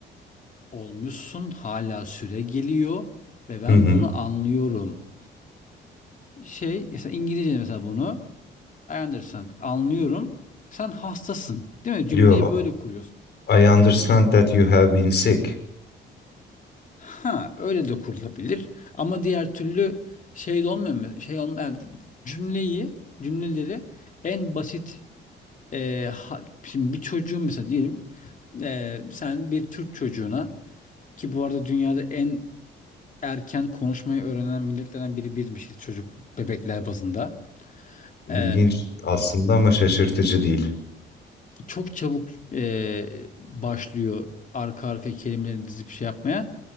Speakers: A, on the left; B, on the left.
A: olmuşsun hala süre geliyor ve ben
B: Hı hı.
A: bunu anlıyorum. Şey mesela İngilizce mesela bunu I understand anlıyorum. Sen hastasın değil mi? Cümleyi
B: Yo,
A: böyle kuruyorsun.
B: I understand that you have been sick.
A: Ha, öyle de kurulabilir. Ama diğer türlü şey de olmuyor mu? Şey olmuyor. yani Cümleyi, cümleleri en basit e, ha- şimdi bir çocuğun mesela diyelim e, sen bir Türk çocuğuna ki bu arada dünyada en erken konuşmayı öğrenen milletlerden biri bizmişiz çocuk bebekler bazında.
B: İlginç
A: E,
B: aslında ama şaşırtıcı değil.
A: çok çabuk e, başlıyor arka arka kelimeleri dizip şey yapmaya.